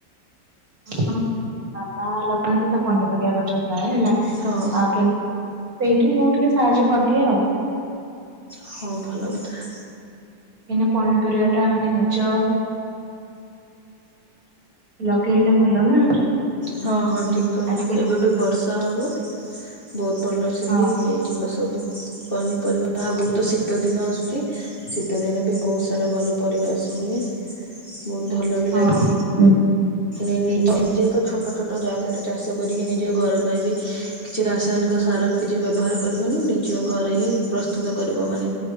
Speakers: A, on the right; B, on the left.
A: ହଁ ମାମା ଲଗାନ୍ତି ତ ପନିପରିବା ଗଛ ପ୍ରାୟ ହେଲା।
B: ହଁ।
A: ଆଉ କେମତି ସେଇଠି ମୁଁ ଟିକେ ସାହାଯ୍ୟ କରିଦିଏ ଆଉ
B: ହଁ ଭଲ କଥା।
A: କାହିଁକି ନା ପନିପରିବା ଟା ମାନେ ନିଜ ଲଗେଇଲେ ଭଲ ନା କି।
B: ହଁ ହଁ ଠିକ କହିଲ
A: ଆଜିକାଲି
B: ଏବେ ବି ବର୍ଷା ହବ ବହୁତ ଭଲ ସେ
A: ହଁ
B: ବି ହେଇଯିବ ସବୁ ପନିପରିବା ଆଗକୁ ତ ଶୀତ ଦିନ ଆସୁଛି। ଶୀତ ଦିନେ ବି ବହୁତ ସାରା ଭଲ ପରିବେଶ ହୁଏ। ବହୁତ ଭଲ ବି
A: ହଁ
B: ଲାଗିବ
A: ହୁଁ।
B: ପୁଣି ନିଜେ ତ ଛୋଟ ଛୋଟ ଜାଗାରେ ଚାଷ କରିକି ନିଜେ ଘର ପାଇଁ ବି କିଛି ରାସାୟନିକ ସାର ବି କିଛି ବ୍ୟବହାର କରିବନି ନିଜ ଘରେ ହିଁ ପ୍ରସ୍ତୁତ କରିବ ମାନେ